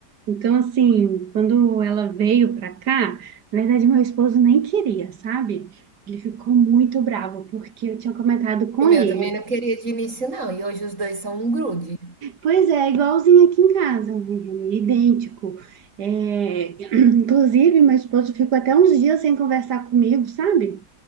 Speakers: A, on the right; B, on the right.
A: Então, assim, quando ela veio pra cá, na verdade, meu esposo nem queria, sabe? Ele ficou muito bravo, porque eu tinha comentado com
B: O meu
A: ele.
B: também não queria de início, não. E hoje os dois são um grude.
A: Pois é, igualzinho aqui em casa, né? Idêntico. É, <clears throat> inclusive, meu esposo ficou até uns dias sem conversar comigo, sabe?